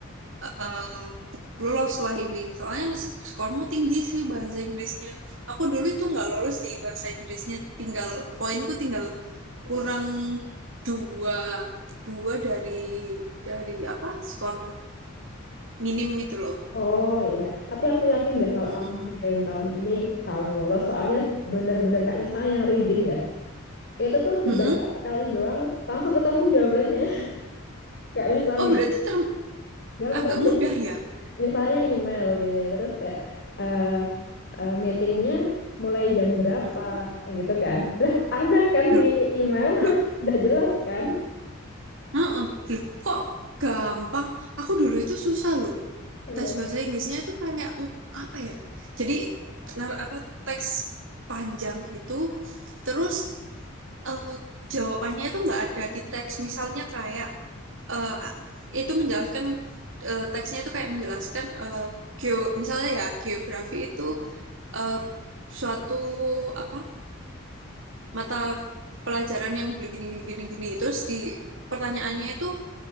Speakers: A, on the right (about 60°); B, on the left (about 50°).
A: eh lolos lah ini. Soalnya skormu tinggi sih bahasa Inggrisnya. Aku dulu itu nggak lolos di bahasa Inggrisnya, tinggal poinku tinggal kurang dua dua dari dari apa skor minim itu loh.
B: Oh iya, tapi aku yakin deh kalau
A: Mm-mm.
B: kamu kerjain tahun ini kamu lolos soalnya bener-bener kayak misalnya yang reading ya, itu tuh
A: Mm-mm.
B: dibaca sekali doang langsung ketemu jawabannya. <laughs> Kayak misal
A: Oh
B: nih,
A: berarti term-
B: gampang
A: agak mudah
B: jadi
A: ya?
B: Misalnya email gini, terus kayak eh eh, meetingnya mulai jam berapa
A: Mm-mm.
B: gitu kan. Lah ada kan
A: Loh,
B: di email, <laughs>
A: loh,
B: udah jelas kan.
A: mm-mm. Loh, kok gampang? Aku dulu itu susah loh.
B: Oh iya.
A: tes bahasa Inggrisnya itu kayak mm, apa ya? Jadi nar apa teks panjang gitu. Terus eh, jawabannya itu nggak ada di teks. Misalnya kayak eh, itu menjelaskan eh, teksnya itu kayak menjelaskan eh, geo misalnya ya geografi itu eh, suatu apa mata pelajaran yang begini gini gini gini. Terus di pertanyaannya itu